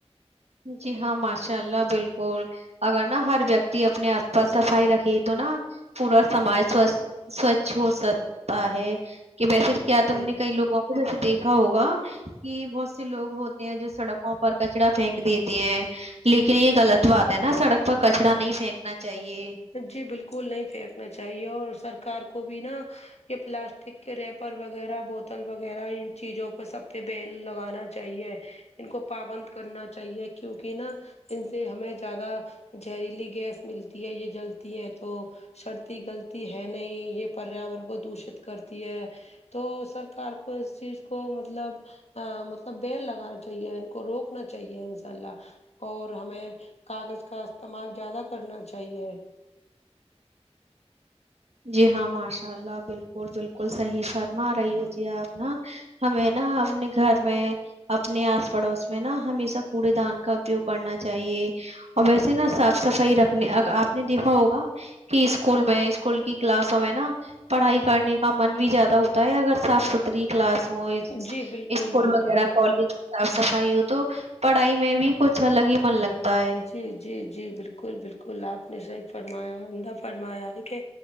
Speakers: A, on the right (about 70°); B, on the left (about 70°).
A: جی ہاں ماشاء اللہ بالکل اگر نا ہر ویکتی اپنے آس پاس صفائی رکھے تو نا پورا سماج سوھ سوچھ ہو سکتا ہے کہ بیسے کیا تم
B: جی
A: نے کئی لوگوں جیسے دیکھا ہوگا کہ بہت سے لوگ ہوتے ہیں جو سڑکوں پر کچرا پھینک دیتے ہیں لیکن یہ غلط بات ہے نا سڑک پر کچڑا نہیں پھینکنا چاہیے
B: جی بلکل نہیں پھینکنا چاہیے اور سرکار کو بھی نا یہ پلاسٹک کے ریپر وغیرہ بوتل وغیرہ ان چیزوں پر سب پہ بیین لگانا چاہیے ان کو پابند کرنا چاہیے کیونکہ نا ان سے ہمیں زیادہ زہریلی گیس ملتی ہے یہ جلتی ہیں تو سرتی گلتی ہے نہیں یہ پریاورن کو دوشت کرتی ہے تو سرکار کو اس چیز کو مطلب ا مطلب بیل لگانا چاہیے ان کو روکنا چاہیے ان شاء اللہ اور ہمیں کاغذ کا استعمال زیادہ کرنا چاہیے
A: جی ہاں ماشاء اللہ بلکل بلکل صحیح شرما رہی ہو جی آپ نا ہمیں نا اپنے گھر میں اپنے آس پڑوس میں نا ہمیشہ کوڑے دان کا اپیوگ کرنا چاہیے اور ویسے نا صاف صفائی رکھنے ا آپ نے دیکھا ہوگا کہ اسکول میں اسکول کی کلاسوں میں نا پڑھائی کرنے کا من بھی زیادہ ہوتا ہے اگر صاف ستھرا تھری کلاس ہو اسکول
B: جی بالکل بالکل
A: وغیرہ کالج صاف صفائی ہو تو پڑھائی میں بھی کچھ الگ ہی من لگتا ہے
B: جی جی جی بلکل بلکل آپ نے صحی فرمایا ان فرمایا ہے کہ